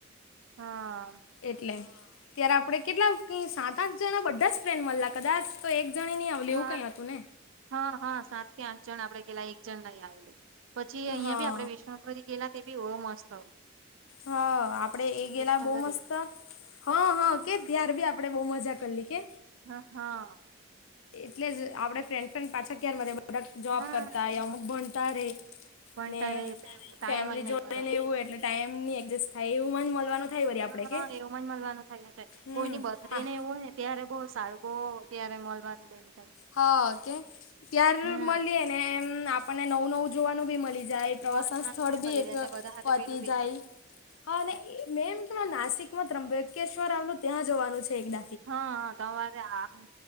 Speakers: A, on the right; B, on the left.
A: હા
B: એટલે ત્યારે આપણે કેટલા સાત આઠ જના બધા જ ફ્રેન્ડ મળલા કદાચ તો એક જણી ની આવ
A: હા
B: લવું કઈ હતું ને
A: હા હા સાત કે આઠ જણ આપડે પેલા એક જણ નહી આવે પછી અહિયાં
B: હા
A: બી આપડે વિષ્ણુરી ગેલા તે ભીબો મસ્ત
B: હા આપડે એ ગેલા
A: વિશ્વભરી
B: બો મસ્ત હા હ કે ત્યાર બી આપણે બહુ મજા કરી લ કે
A: હા હા
B: એટલે જ આપડે ફ્રેન્ડ ફ્રેન્ડ પાછા કાર મડિયે અમુક જોબ
A: હા
B: કરતાય અમુક ભણતા રે
A: ભણતા
B: ને
A: રે એટલે ટાઈમ
B: ફેમિલી
A: જ નહી
B: જોડે
A: મળે
B: ને
A: કે
B: એવું એટલે ટાઈમ એડજસ્ટ થાય એવું મ મળવાનું થાય વરી
A: હા
B: આપણે કે
A: એવું જ મળવાનું થયા છે
B: હમ
A: કોઈની બર્ડે
B: હા
A: ને એવું હોય ને ત્યારે બહ સારું બહ ત્યારે મળલવાનુંલું
B: હા કે ત્યાર
A: હમ
B: મળીએ ને એમ આપણને નવું નવું જોવાનું બી મળી જ જાય પ્રવાસન
A: જોવા જવાનું
B: સ્થળ
A: બી
B: ભી
A: મળી
B: એક
A: જાય ને બધા હાથે
B: પતી
A: પેલું બી
B: જાય
A: થાય
B: હા અને મે એમ કે નાસિક માં ત્રંબકેશ્વર આવલું ત્યાં જવાનું છે એકદ
A: હા હા તમારે આમ